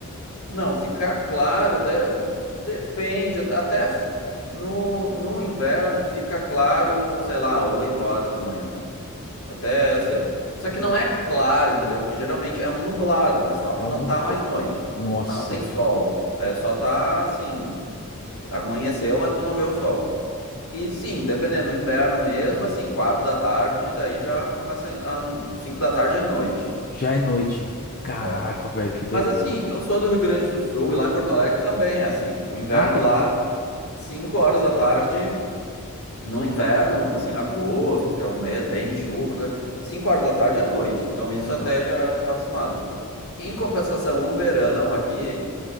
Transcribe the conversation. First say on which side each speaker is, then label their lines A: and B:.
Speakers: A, on the left; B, on the left.
A: Não, ficar claro de- depende. Até f- no, no inverno fica claro, sei lá, 8 horas da manhã, até cedo. Só que não é claro, entendeu? Porque geralmente é um nublado, é só porque
B: É um
A: não
B: nubla.
A: tá mais noite,
B: Nossa,
A: mas não tem Uhum. sol. É só tá assim, amanheceu, mas tu não vê o sol. E sim, dependendo, no inverno mesmo, assim, 4 da tarde, daí já começa a 5 da tarde à noite.
B: já é noite. Caraca,
A: É.
B: velho, que doideira.
A: Mas assim, eu sou do Rio Grande do Sul e lá em Porto Alegre também é assim. O inverno
B: Ah, tô...
A: lá, 5 horas da tarde, no inverno, assim, agosto, que é um mês bem de chuva, coisa- 5 horas da tarde é noite. Então isso até
B: ah,
A: já, já tá acostumado. Em compensação, o verão aqui,